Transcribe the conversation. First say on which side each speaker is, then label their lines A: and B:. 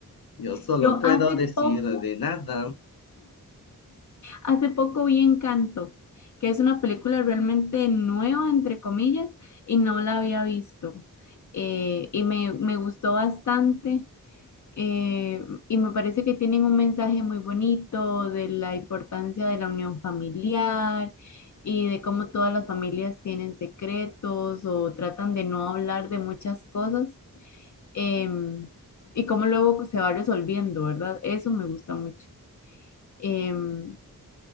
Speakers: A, on the left; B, on the left.
A: Yo solo
B: Yo
A: puedo
B: hace
A: decir
B: poco
A: de nada.
B: Hace poco vi Encanto, que es una película realmente nueva, entre comillas, y no la había visto. Eh, y me, me gustó bastante. eh, y me parece que tienen un mensaje muy bonito de la importancia de la unión familiar y de cómo todas las familias tienen secretos o tratan de no hablar de muchas cosas em, y cómo luego se va resolviendo, ¿verdad? Eso me gusta mucho. Em,